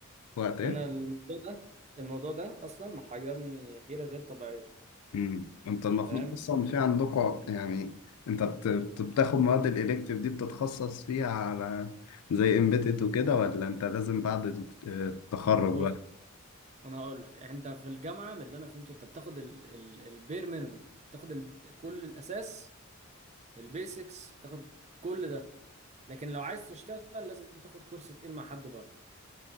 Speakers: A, on the left (about 85°); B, on the right (about 30°).
A: وقت ايه
B: انا الموضوع ده الموضوع ده اصلا محيرني حيره غير طبيعيه
A: امم انت المفروض
B: فاهم
A: اصلا في عندكم يعني انت بت- بت- بتاخد مواد الالكتيف دي بتتخصص فيها على زي امبيدد وكده ولا انت لازم بعد الت- التخرج
B: بص انا هقول لك انت في الجامعه من اللي انا فهمته انت بتاخد ال ال البير مينيمم بتاخد ال كل الاساس البيسكس بتاخد كل ده لكن لو عايز تشتغل لازم تاخد كورس تقيل مع حد بره